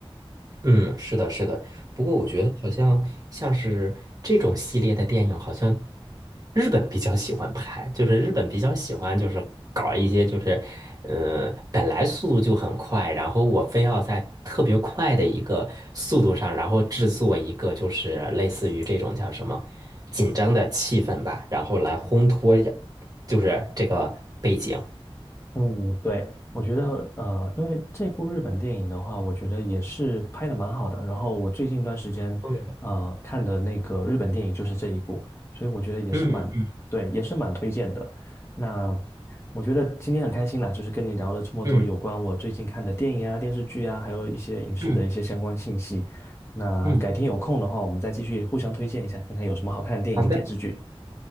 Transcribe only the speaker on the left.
嗯，对，我觉得，呃，因为这部日本电影的话，我觉得也是拍的蛮好的。然后我最近一段时间，
呃，看的那个日本电影就是这一部，所以我觉得也是蛮，
对，也是蛮推荐的。那我觉得今天很开心啦，就是跟你聊了这么多有关我最近看的电影啊、
电视剧啊，还有一些影视的一些相关信息。
那改天有空的话，
我们再继续互相推荐一下，看看有什么好看的电影跟电视剧。